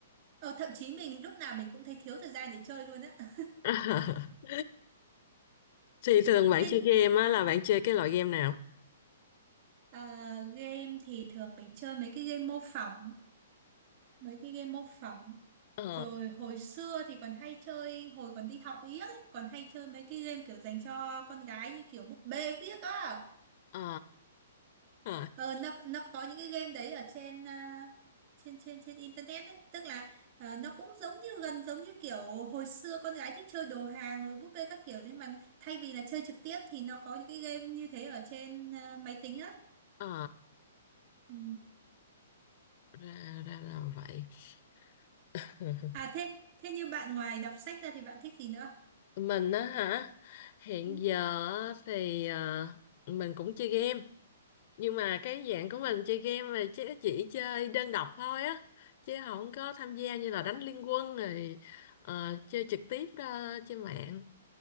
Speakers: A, on the right (about 45°); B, on the left (about 50°).
A: ờ thậm chí mình lúc nào mình cũng thấy thiếu thời gian để chơi luôn á <laughs>
B: <laughs> thì thường bạn
A: thế
B: chơi game á là bạn chơi cái loại game nào
A: ờ, game thì thường mình chơi mấy cái game mô phỏng mấy cái game mô phỏng
B: ờ
A: Rồi hồi xưa thì còn hay chơi, hồi còn đi học yếc ấy, còn hay chơi mấy cái game kiểu dành cho con gái như kiểu búp bê viết á.
B: ờ ờ
A: Ờ, nó nó có những cái game đấy ở trên à, trên trên trên internet ấy, tức là ờ, nó cũng giống như gần giống như kiểu hồi xưa con gái thích chơi đồ hàng rồi búp bê các kiểu nhưng mà thay vì là chơi trực tiếp thì nó có những cái game như thế ở trên à, máy tính á.
B: ờ
A: Ừ.
B: ra ra là vậy <laughs>
A: À thế thế như bạn ngoài đọc sách ra thì bạn thích gì nữa?
B: mình á hả hiện
A: Ừ.
B: giờ á thì ờ, mình cũng chơi game nhưng mà cái dạng của mình chơi game mà chỉ, chỉ chơi đơn độc thôi á chứ không có tham gia như là đánh liên quân rồi ờ, chơi trực tiếp đó, trên mạng